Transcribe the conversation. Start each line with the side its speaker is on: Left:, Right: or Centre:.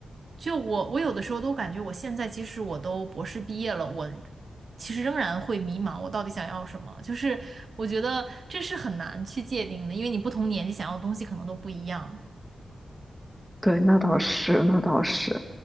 Right: 就我，我有的时候都感觉，我现在即使我都博士毕业了，我其实仍然会迷茫，我到底想要什么？就是我觉得这是很难去界定的，因为你不同年纪想要的东西可能都不一样。
Centre: 对，那倒是，那倒是，